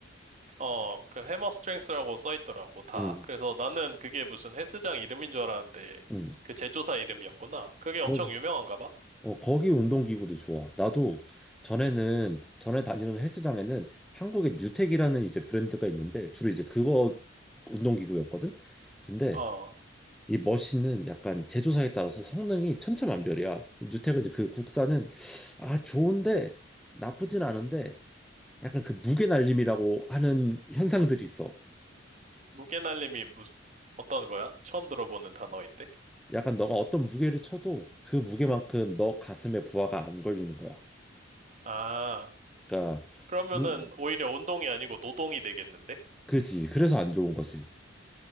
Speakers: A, on the right (about 40°); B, in the centre.
A: 어, 그 해머 스트렝스라고 써 있더라고, 다.
B: 응.
A: 그래서 나는 그게 무슨 헬스장 이름인 줄 알았는데,
B: 응.
A: 그 제조사 이름이었구나. 그게
B: 거,
A: 엄청 유명한가 봐?
B: 어, 거기 운동기구도 좋아. 나도 전에는 전에 다니는 헬스장에는 한국의 뉴텍이라는 이제 브랜드가 있는데 주로 이제 그거 운동기구였거든. 근데
A: 어,
B: 이 머신은 약간 제조사에 따라서 성능이 천차만별이야. 누테크 이제 그 국산은 아 좋은데 나쁘진 않은데 약간 그 무게 날림이라고 하는 현상들이 있어.
A: 무게날림이 무슨, 어떤 거야? 처음 들어보는 단어인데?
B: 약간 너가 어떤 무게를 쳐도 그 무게만큼 너 가슴에 부하가 안 걸리는 거야.
A: 아,
B: 그러니까
A: 그러면은
B: 무
A: 오히려 운동이 아니고 노동이 되겠는데?
B: 그지 그래서 안 좋은 거지.